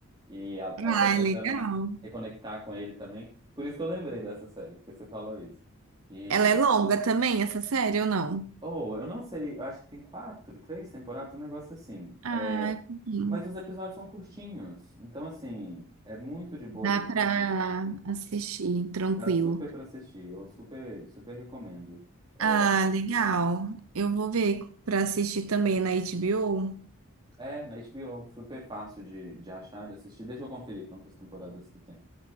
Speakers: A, on the right; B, on the right.
A: e a- ela
B: ah,
A: vai tentando
B: é legal.
A: reconectar com ele também. Por isso que eu lembrei dessa série, porque você falou isso. E,
B: Ela é longa também, essa série ou não?
A: ou, eu não sei, eu acho que tem quatro, três temporadas, um negócio assim.
B: Ah,
A: É,
B: é pouquinho.
A: mas os episódios são curtinhos, então, assim, é muito de boa
B: Dá
A: de assistir.
B: pra assistir tranquilo.
A: Dá super pra assistir, eu super, super recomendo. É,
B: Ah, legal. Eu vou ver pra assistir também na HBO.
A: é, na HBO, super fácil de, de achar, de assistir. Deixa eu conferir quantas temporadas que tem.